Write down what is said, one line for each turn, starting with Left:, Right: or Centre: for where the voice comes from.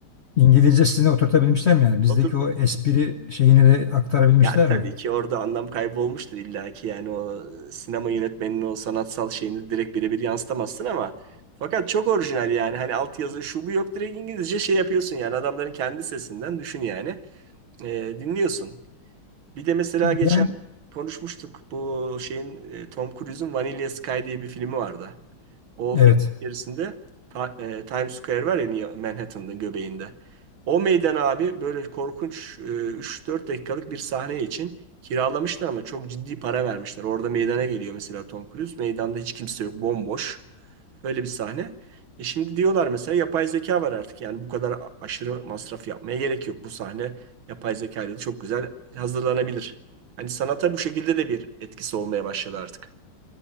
Left: İngilizcesine oturtabilmişler mi yani? Bizdeki
Right: Otur.
Left: o espri şeyini de aktarabilmişler
Right: Yani tabii
Left: mi?
Right: ki orada anlam kaybolmuştur illa ki yani o sinema yönetmeninin o sanatsal şeyini direkt birebir yansıtamazsın ama fakat çok orijinal yani hani altyazı şu bu yok direkt İngilizce şey yapıyorsun yani adamların kendi sesinden düşün yani Ee, dinliyorsun. Bir de mesela geçen
Left: Yani
Right: konuşmuştuk bu şeyin e, Tom Cruise'un Vanilla Sky diye bir filmi vardı. O film
Left: evet.
Right: içerisinde Ta- e, Times Square var ya New Manhattan'ın göbeğinde. O meydan abi böyle korkunç e, 3-4 dakikalık bir sahne için kiralamışlar ama çok ciddi para vermişler. Orada meydana geliyor mesela Tom Cruise. Meydanda hiç kimse yok, bomboş. Öyle bir sahne. E şimdi diyorlar mesela yapay zeka var artık. Yani bu kadar a- aşırı masraf yapmaya gerek yok. Bu sahne yapay zeka ile de çok güzel hazırlanabilir. Hani sanata bu şekilde de bir etkisi olmaya başladı artık.